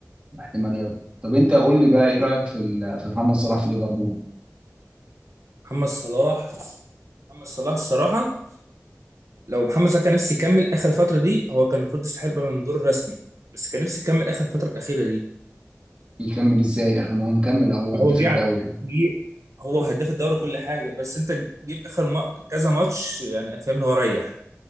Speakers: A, on the right; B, on the right.
A: احتمال ياخده طب انت قول لي بقى ايه رايك في ال- في محمد صلاح في ليفربول
B: محمد صلاح محمد صلاح الصراحه لو محمد صلاح كان نفسي يكمل اخر فتره دي هو كان المفروض يستحق بالون دور رسمي بس كان نفسي يكمل اخر الفتره الاخيره دي
A: يكمل ازاي اخر ما هو مكمل اهو هداف
B: هو جه
A: الدوري
B: على- جه- هو هداف الدوري كل حاجه بس انت جه في اخر ما... كذا ماتش يعني فاهم اللي هو ريح